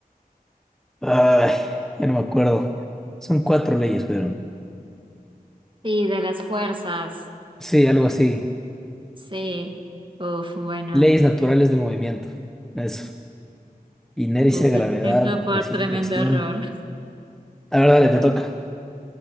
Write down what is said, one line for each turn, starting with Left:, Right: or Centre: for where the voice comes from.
Centre: Ay, ya no me acuerdo. Son cuatro leyes, pero...
Right: Sí, de las fuerzas.
Centre: Sí, algo así.
Right: Sí. Uf, bueno.
Centre: Leyes naturales del movimiento. Eso. Inercia,
Right: Uf,
Centre: gravedad,
Right: lo siento por
Centre: acción,
Right: tremendo
Centre: reacción.
Right: error.
Centre: La verdad, le te toca.